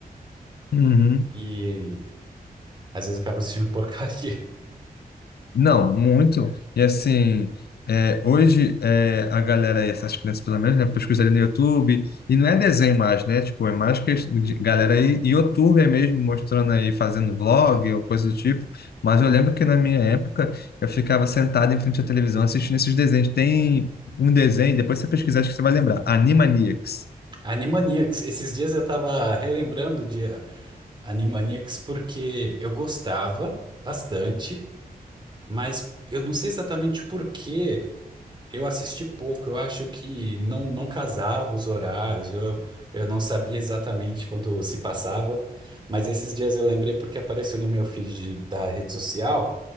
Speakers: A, on the left (about 85°); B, on the right (about 30°).
A: Uhum.
B: e, às vezes acabam assistindo porcaria. <laughs>
A: Não, muito. E assim, é, hoje é, a galera, essas crianças pelo menos, né, pesquisa ali no YouTube, e não é desenho mais, né? Tipo, é mais que de- galera aí, YouTube mesmo, mostrando aí, fazendo vlog ou coisa do tipo. Mas eu lembro que na minha época eu ficava sentado em frente à televisão assistindo esses desenhos. Tem um desenho, depois você pesquisar, acho que você vai lembrar. Animaniacs.
B: Animaniacs, esses dias eu tava relembrando de Animaniacs porque eu gostava bastante, mas eu não sei exatamente por quê. Eu assisti pouco, eu acho que não, não casava os horários, eu, eu não sabia exatamente quando se passava, mas esses dias eu lembrei porque apareceu no meu feed de- da rede social